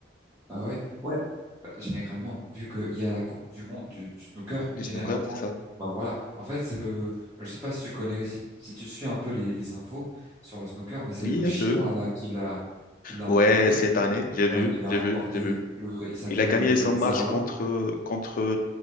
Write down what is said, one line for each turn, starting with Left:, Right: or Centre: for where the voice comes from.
Right: Ah ouais, ouais. Bah, généralement, vu qu'il y a la Coupe du Monde du, du snooker,
Left: Du
Right: généralement,
Left: snooker, c'est ça?
Right: bah voilà. En fait, c'est le, je sais pas si tu connais, si, si tu suis un peu les, les infos sur le snooker, mais c'est
Left: Oui,
Right: le Chinois
Left: un peu.
Right: là qui l'a, qui l'a
Left: Ouais,
Right: emporté.
Left: cette année, j'ai
Right: Ouais,
Left: vu,
Right: il l'a
Left: j'ai
Right: remporté.
Left: vu, j'ai vu.
Right: Le, il s'appelle
Left: Il a gagné
Right: euh,
Left: son match
Right: Zhao.
Left: contre, contre